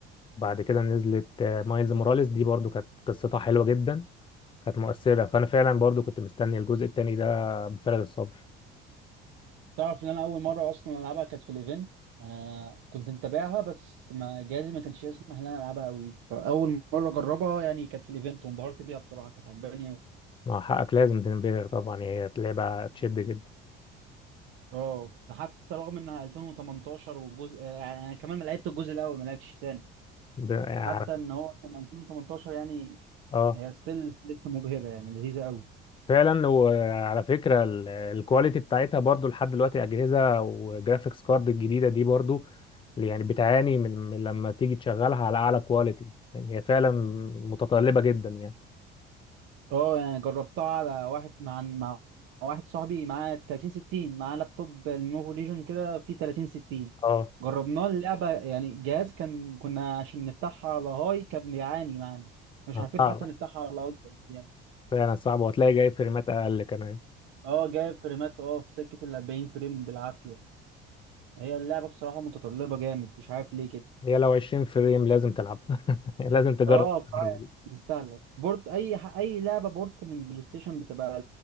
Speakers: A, on the left; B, on the right.
A: بعد كده نزلت آه، مايلز موراليس دي برضو كانت قصتها حلوه جدا كانت مؤثره فانا فعلا برضو كنت مستني الجزء التاني ده بفارغ الصبر
B: تعرف ان انا اول مره اصلا العبها كانت في الايفنت انا كنت متابعها بس ما جهازي ما كانش يسمح ان انا العبها قوي فاول مره اجربها يعني كانت في الايفنت وانبهرت بيها بصراحه كانت عجباني قوي
A: مع حقك لازم تنبهر طبعا هي لعبه تشد جدا
B: اه حتى رغم انها 2018 والجزء يعني انا كمان ما لعبت الجزء الاول ما لعبتش الثاني
A: ب- يعني
B: حتى ان هو كان 2018 يعني
A: اه
B: هي ستيل لسه مبهره يعني لذيذه قوي
A: فعلا وعلى فكرة ال- الكواليتي بتاعتها برضو لحد دلوقتي أجهزة وجرافيكس كارد الجديدة دي برضو يعني بتعاني من من لما تيجي تشغلها على أعلى كواليتي يعني هي فعلا متطلبة جدا يعني
B: اه يعني جربتها على واحد مع مع واحد صاحبي معاه 30 60 معاه لابتوب لينوفو ليجون كده فيه 30 60
A: اه
B: جربناه اللعبه يعني الجهاز كان كنا عشان نفتحها على هاي كان بيعاني معانا مش عارفين
A: صعب
B: حتى نفتحها على الترا يعني
A: فعلا صعب وهتلاقي جاي فريمات أقل كمان
B: اه جايب فريمات اه في سكه ال 40 فريم بالعافيه هي اللعبة بصراحة متطلبة جامد مش عارف ليه كده
A: هي لو 20 فريم لازم تلعبها <laughs> لازم تجرب
B: اه بصراحة
A: التجربة
B: يعني
A: دي
B: يستاهل بورت اي ح- اي لعبة بورت من بلاي ستيشن بتبقى